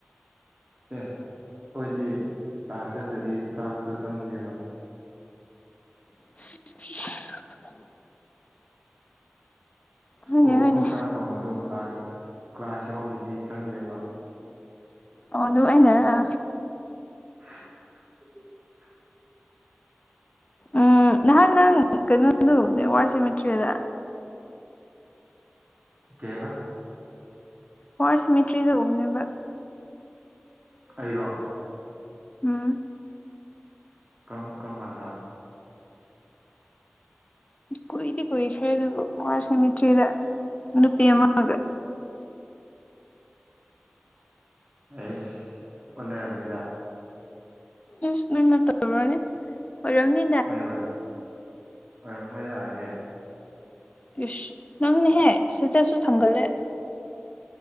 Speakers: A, on the right (about 30°); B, on the left (about 35°).
A: ꯑꯦ ꯑꯩꯈꫭꯏꯗꯤ ꯂꯥꯁ ꯆꯠꯇꯔꯗꯤ ꯆꯥꯛꯇꯣ ꯆꯪꯗꯦꯕ
B: <unintelligible> ꯍꯣꯏꯅꯦ
A: ꯑꯣ
B: ꯍꯣꯏꯅꯦ
A: ꯑꯣ ꯁꯥꯥ ꯊꯣꯡꯉꯁꯨ ꯀ꯭ꯂꯥꯁ ꯀ꯭ꯂꯥꯁ ꯌꯥꯎꯗ꯭ꯔꯗꯤ ꯆꯪꯗꯦꯕ
B: ꯑꯣ ꯑꯗꯨꯅꯨꯡꯃꯥꯏꯅꯔ
A: <unintelligible>
B: ꯎꯝ ꯅꯍꯥꯟ ꯅꯪ ꯀꯩꯅꯣꯗꯨꯅꯦ ꯋꯥꯔ ꯁꯦꯃꯤꯇ꯭ꯔꯤꯗ
A: ꯑꯣ ꯀꯦꯕ
B: ꯍꯔꯁ ꯃꯦꯇ꯭ꯔꯤꯗ ꯎꯅꯦꯕ
A: ꯑꯩꯔꯣ
B: ꯎꯝ
A: ꯀꯝ ꯀꯔꯝ ꯀꯥꯟꯗ
B: ꯀꯨꯏꯗꯤ ꯀꯨꯏꯈ꯭ꯔꯦ ꯑꯗꯨꯕꯨ ꯋꯥꯔ ꯁꯦꯃꯤꯇ꯭ꯔꯤꯗ ꯅꯨꯄꯤ ꯑꯃꯒ
A: ꯑꯩꯁ ꯑꯣꯟꯅꯔꯕꯅꯤꯗ
B: ꯏꯁ ꯅꯪꯅ ꯇꯧꯨꯔꯣꯅꯦ ꯑꯣꯏꯔꯝꯅꯤ
A: ꯑꯩ ꯑꯣꯏꯔꯝ ꯑꯣꯏꯔꯝ ꯃꯣꯏ ꯂꯥꯛꯑꯦ
B: ꯌꯨꯁ ꯅꯪꯅꯦꯍꯦ ꯁꯤꯗꯠꯁꯨ ꯊꯝꯒꯜꯂꯦ